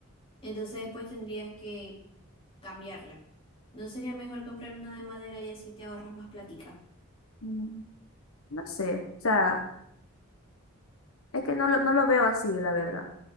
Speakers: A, on the left; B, on the left.
A: Entonces después tendrías que cambiarla. ¿No sería mejor comprar una de madera y así te ahorras más platica?
B: Mm, No sé, o sea. Es que no, lo- no lo veo así, la verdad.